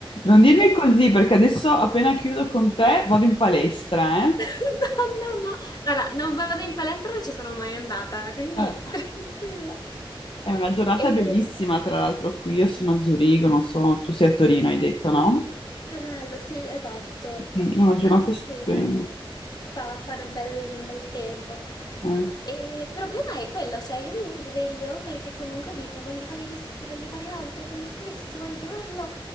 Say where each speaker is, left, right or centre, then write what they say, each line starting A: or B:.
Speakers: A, on the left; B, on the left.
A: non dirmi
B: E... <laughs>
A: così perché adesso appena chiudo con te vado in palestra, eh?
B: No, no, no. Guarda, non vado in palestra, non ci sono mai andata, quindi
A: Eh,
B: <laughs> tranquilla.
A: È una giornata
B: E...
A: bellissima, tra l'altro qui io sono a Zurigo, non so, tu sei a Torino, hai
B: Mm,
A: detto, no?
B: Che bello, sì, esatto.
A: Mm, È una giornata
B: Anche
A: stupenda.
B: qui fa, fa, fa un bel, un bel tempo.
A: eh.
B: E il problema è quello, cioè io mi sveglio perché comunque dico voglio fare questo, voglio fare l'altro, voglio questo, voglio quello.